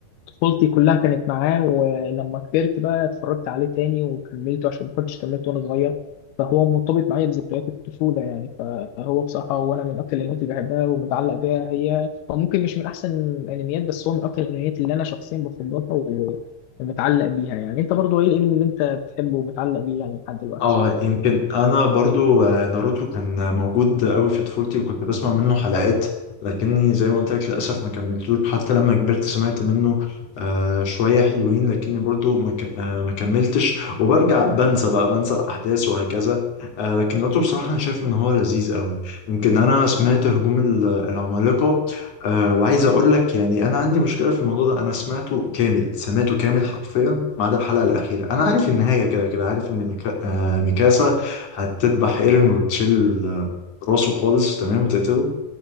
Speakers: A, on the left; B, on the left.
A: طفولتي كلها كانت معاه ولما كبرت بقى اتفرجت عليه تاني وكملته عشان ما كنتش كملته وانا صغير فهو مرتبط معايا بذكريات الطفوله يعني فهو بصراحه وانا من اكتر الانميات اللي بحبها ومتعلق بيها هي هو ممكن مش من احسن الانميات بس هو من اكتر الانميات اللي انا شخصيا بفضلها و- ومتعلق بيها يعني انت برضو ايه الانمي اللي انت بتحبه ومتعلق بيه يعني لحد دلوقتي
B: اه يمكن انا برضو آه، ناروتو كان موجود قوي في طفولتي وكنت بسمع منه حلقات لكني زي ما قلت لك للاسف ما كملتوش حتى لما كبرت سمعت منه آه شويه حلوين لكني برضو ما ك- آه، ما كملتش وبرجع بنسى بقى بنسى الاحداث وهكذا آه لكن ناروتو بصراحه انا شايف ان هو لذيذ قوي يمكن انا سمعت هجوم ال- العمالقه أه وعايز اقول لك يعني انا عندي مشكله في الموضوع ده انا سمعته كامل سمعته كامل حرفيا ما عدا الحلقه الاخيره انا عارف النهايه كده كده عارف ان ميكا... أه ميكاسا هتذبح ايرين وتشيل آه، راسه خالص تمام وتقتله